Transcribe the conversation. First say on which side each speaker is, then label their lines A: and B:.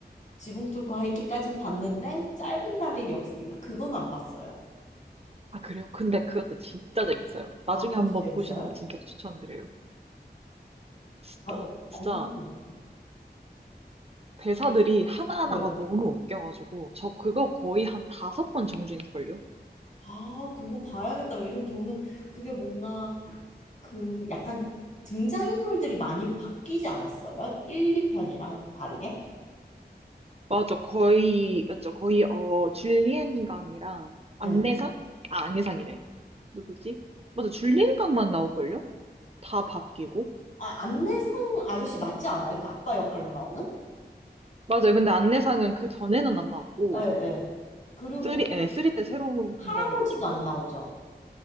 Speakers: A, on the left (about 45°); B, on the right (about 35°).
A: 지붕 뚫고 하이킥까지는 봤는데 짧은 다리 역습인가? 그건 안 봤어요.
B: 아, 그래요? 근데 그것도 진짜 재밌어요. 나중에
A: 아, 그것도
B: 한번
A: 재밌어요?
B: 보시는 거 진짜 추천드려요. 진짜,
A: 아, 어,
B: 진짜
A: 어,
B: 대사들이 하나하나가
A: 네.
B: 너무 웃겨가지고, 저 그거 거의 한 다섯 번 정주행했걸요?
A: 아, 그거 봐야겠다. 왜냐면 저는 그게 뭔가 그 약간 등장인물들이 많이 바뀌지 않았어요? 1, 2편이랑 다르게?
B: 맞죠. 거의, 맞죠. 거의, 어, 줄리엔강이랑 안내상?
A: 예.
B: 아, 안내상이래. 누구지? 맞아. 줄리엔강만 나올걸요? 다 바뀌고.
A: 아, 안내상 아저씨 맞지 않아요? 그 아빠 역할로 나오는?
B: 맞아요. 근데 안내상은 그 전에는 안 나왔고,
A: 예, 예. 그리고
B: 쓰리,
A: 그
B: 예, 쓰리 때 새로
A: 할아버지도
B: 등장해가지고.
A: 안 나오죠.